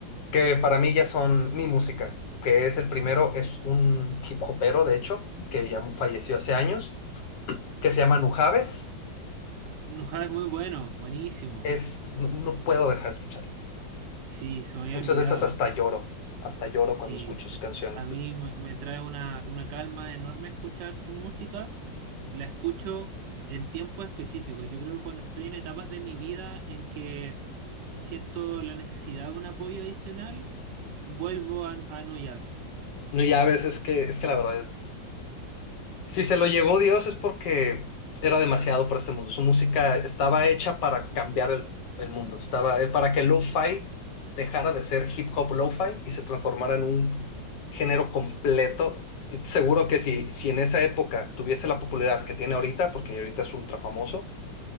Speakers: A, on the left (about 65°); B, on the right (about 75°).
A: que para mí ya son mi música, que es el primero, es un hip hopero, de hecho, que ya falleció hace años, que se llama Nujaves,
B: Nujaba es muy bueno, buenísimo.
A: es, no no puedo dejar de escucharlo.
B: Sí, se me había
A: Muchas
B: olvidado.
A: veces hasta lloro, hasta lloro
B: Sí,
A: cuando escucho
B: se-
A: sus canciones.
B: se- a mí
A: Es,
B: me, me trae una, una calma enorme escuchar su música. La escucho en tiempo específico. Yo creo que cuando estoy en etapas de mi vida en que siento la necesidad de un apoyo adicional, vuelvo a, a No
A: no, ya a veces que, es que la verdad es, si se lo llevó Dios es porque era demasiado para este mundo. Su música estaba hecha para cambiar el, el mundo, estaba eh, para que el lo-fi dejara de ser hip hop lo-fi y se transformara en un género completo. Yo te seguro que si, si en esa época tuviese la popularidad que tiene ahorita, porque ahorita es ultra famoso,